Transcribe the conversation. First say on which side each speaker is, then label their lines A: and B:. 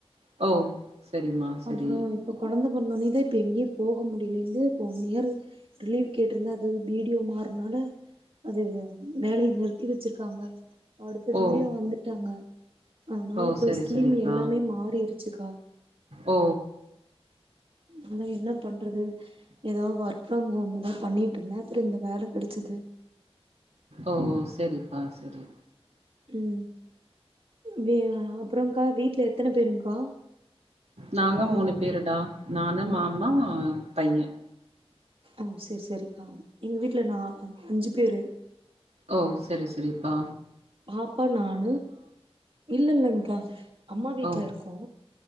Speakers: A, on the right; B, on the right.
A: ஓ சரிம்மா சரி
B: அப்றோ இப்ப கொழந்த பொறந்தோனே தா இப்ப எங்கேயு போக முடில இப்ப ஒன் இயரு லீவ் கேட்ருந்த அது வீடியோ மாற்னால அது வேலைய நிறுத்தி வச்சிருக்காங்க அடுத்த வீடியோ
A: ஓ
B: வந்துட்டாங்க அதனால
A: ஓ
B: இப்ப
A: சரி
B: ஸ்கீம்
A: சரிப்பா
B: எல்லாமே மாறிருச்சுக்கா
A: ஓ
B: அதா என்ன பண்றது எதா ஒர்க் ஃப்ரம் ஹோம் தா பண்ணிட்டு இருந்தே அப்றோ இந்த வேல கெடச்சுது
A: ஓ செரிப்பா செரி
B: ம் வெ அப்றோ கா வீட்ல எத்தன பேருன் கா
A: நாங்க மூணு பேருடா நானு மாமா பைய
B: ஓ செரி செரிக்கா எங்க வீட்ல நா அஞ்சு பேரு
A: ஓ செரி செரிப்பா
B: பாப்பா நானு இல்லலைங்க்கா அம்மா வீட்லருக்கோ
A: ஓ